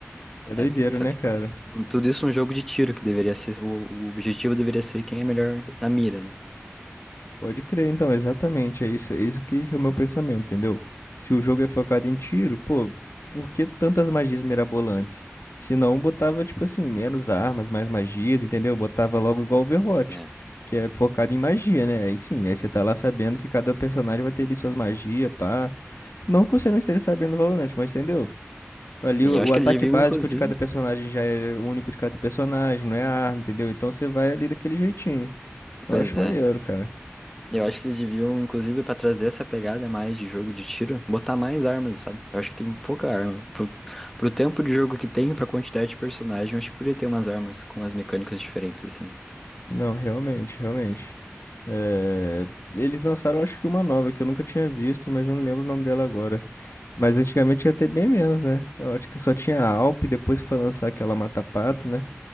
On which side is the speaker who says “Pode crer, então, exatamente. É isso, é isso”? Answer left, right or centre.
Left